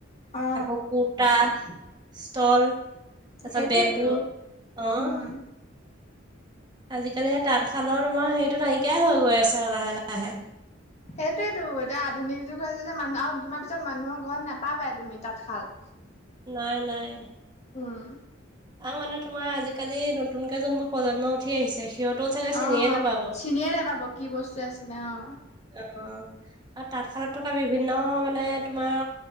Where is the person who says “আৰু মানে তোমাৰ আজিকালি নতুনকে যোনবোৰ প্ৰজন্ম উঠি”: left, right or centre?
Right